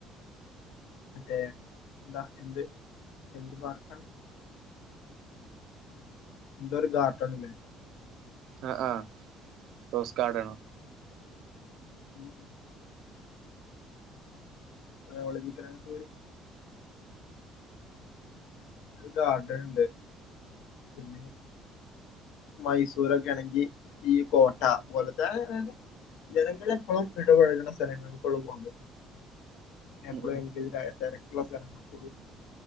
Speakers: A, on the left; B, on the right.
A: മറ്റേ എന്താ എന്ത് എന്ത് പാർക്കാണ് എന്തൊരു ഗാർഡൺ ല്ലേ
B: ആ ആ റോസ് ഗാർഡനോ
A: ഉം ബയോളജിക്കലര് പൊര് രു ഗാർഡൻ ണ്ട് പിന്നെ മൈസൂരൊക്കെ ആണെങ്കി ഈ കോട്ടപൊലത്തെ ജനങ്ങളെപ്പോഴും ഇടപഴകുന്ന സ്ഥലങ്ങളൾ ഇപ്പോഴും പോകണ എപ്പെളങ്കി
B: ഉം ഉം
A: തെരക്കുള്ള സ്ഥലങ്ങൾ പോ